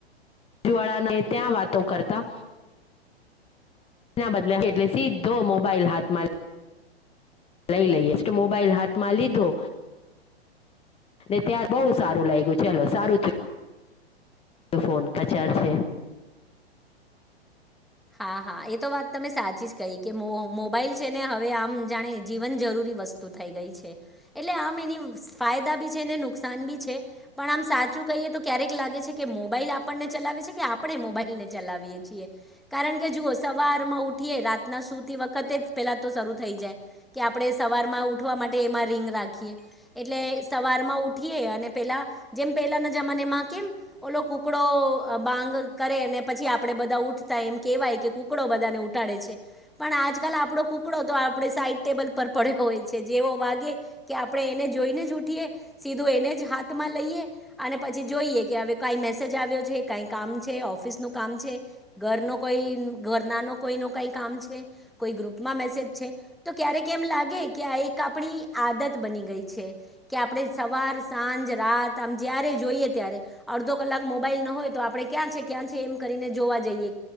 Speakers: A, on the left (about 20°); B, in the centre.
A: વાળા ને ત્યાં વાતો કરતા બદલા એટલે સીધો મોબાઈલ હાથમાં લ લઈ લઈ એસ્ટ્ટ મોબાઈલ હાથમાં લીધો. ને ત્યાાર બહુ સારું લાગ્યું ચલો સારું. તો ફોન કા ચાર્જ છે.
B: હા હા એ તો વાત તમે સાચી જ કહી કે મો મોબાઈલ છે ને હવે આમ જાણે જીવન જરૂરી વસ્તુ. થઈ ગઈ છે એટલે આમ એની ફાયદા બી છે ને નુકસાન બી છે. પણ આમ સાચું કહીએ તો ક્યારેક લાગે છે કે મોબાઈલ આપણને ચલાવે છે કે આપણે મોબાઈલને ચલાવીએ છીએ. કારણ કે જુઓ સવારમાં ઉઠીએ રાતના સુતી વખતે જ પેલા તો શરૂ થઈ જાય. કે આપણે સવાર માં ઉઠવા માટે એમાં રીંગ રાખીએ. એટલે સવારમાં ઉઠીએ અને પેલા જેમ પેલાના જમાનેમાં કેમ ઓલો કુકડો બાંગ કરે ને પછી આપડે બધા ઉઠ એમ કહેવાય કે કુકડો બધાને ઉટાડે છે. પણ આજકાલ આપણો કુકડો તો આપણે સાઈડ ટેબલ પર પડ્યો હોય છે જેવો વાગે કે આપણે એને જોઈને જ ઉઠીએ સીધો એને જ હાથમાં લઈએ. અને પછી જોઈએ કે હવે કઈ મેસેજ આવ્યો છે કઈ કામ છે ઓફિસ નું કામ છે. ઘરનો કોઈ ઘરના ન કોઈ ન કઈ કામ છે કોઈ ગ્રુપમાં મેસેજ છે. તો ક્યારેક એમ લાગે કે આ એક આપણી આદત બની ગઈ છે. કે આપણે સવાર સાંજ રાત આમ જ્યારે જોઈએ ત્યારે. અડધો કલાક મોબાઈલ ન હોય તો આપડણે ક્યાં છે ક્યાં છે એમ કરીને જોવા જઈએ.